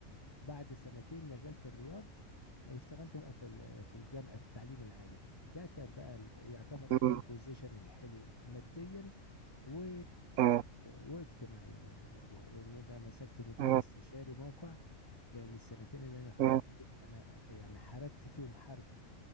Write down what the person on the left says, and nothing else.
بعد سنتين نزلت الرياض اشتغلت بقى في ال- في الجامعة في التعليم العالي ده كان بقى ال- يعتبر
ده البوزيشن الحلو ماديا و...
واجتماعيا يعني برضو ان انا مسكت مدير
استشاري موقع لان السنتين اللي انا خدتهم
دول انا يعني حردت فيهم حرد